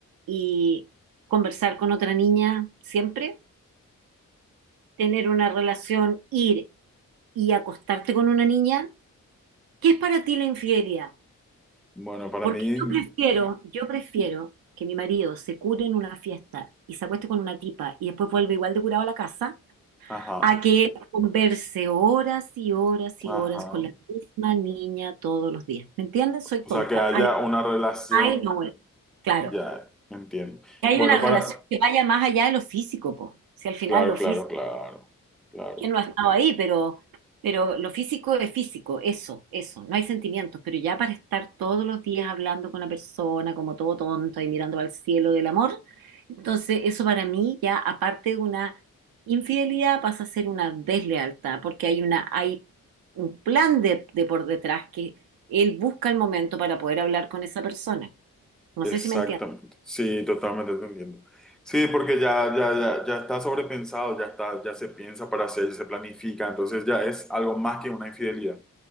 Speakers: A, on the right; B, in the centre.
A: y conversar con otra niña siempre. Tener una relación, ir y acostarte con una niña. ¿Qué es para ti la infidelidad?
B: bueno, para
A: Porque
B: mí,
A: yo prefiero, yo prefiero que mi marido se cure en una fiesta y se acueste con una tipa y después vuelve igual de curado a la casa
B: ajá,
A: a que converse horas y horas y
B: ajá.
A: horas con la misma niña todos los días. ¿Me entiendes? Soy
B: O
A: tonta.
B: sea, que haya
A: Ay,
B: una relación,
A: ay, no, bueno, claro.
B: ya, entiendo.
A: Que hay
B: Bueno,
A: una relación
B: para,
A: que vaya más allá de lo físico, po. Si al final
B: claro,
A: lo físico
B: claro, claro, claro.
A: ¿Quién no ha estado ahí? Pero, pero lo físico es físico, eso, eso, no hay sentimientos, pero ya para estar todos los días hablando con la persona como todo tonto y mirando al cielo del amor, entonces eso para mí ya aparte de una infidelidad pasa a ser una deslealtad, porque hay una, hay un plan de, de por detrás que él busca el momento para poder hablar con esa persona. No
B: Exactamente,
A: sé si me entiendes.
B: sí, totalmente entendiendo. Sí, porque ya, ya, ya, ya está sobrepensado, ya está, ya se piensa para hacer, ya se planifica, entonces ya es algo más que una infidelidad.